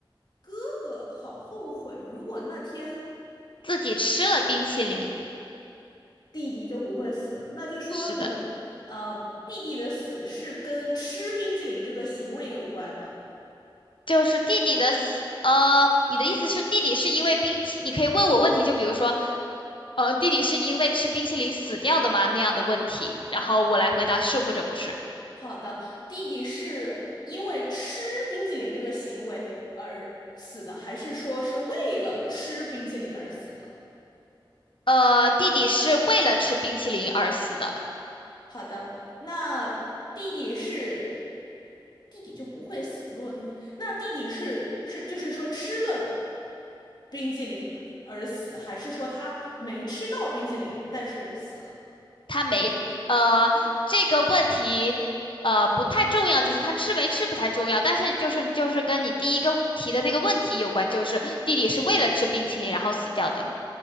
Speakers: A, on the left (about 55°); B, on the left (about 75°).
A: 哥哥好后悔，如果那天
B: 自己吃了冰淇淋，
A: 弟弟就不会死，那就说明，
B: 是的。
A: 呃，弟弟的死是跟吃冰激凌这个行为有关的。
B: 就是弟弟的死，呃，你的意思是弟弟是因为冰淇，你可以问我问题，就比如说，呃，弟弟是因为吃冰淇淋死掉的吗？那样的问题，然后我来回答是或者不是。
A: 好的，弟弟是因为吃冰激凌这个行为而死的，还是说是为了吃冰激凌而死的？
B: 呃，弟弟是为了吃冰淇淋而死的，
A: 好的，那弟弟是弟弟就不会死。如果那天，那弟弟是是就是说吃了冰激凌而死，还是说他没吃到冰激凌但是死了？
B: 他没，呃，这个问题，呃，不太重要，就是他吃没吃不太重要，但是就是就是跟你第一个提的那个问题有关，就是弟弟是为了吃冰淇淋然后死掉的，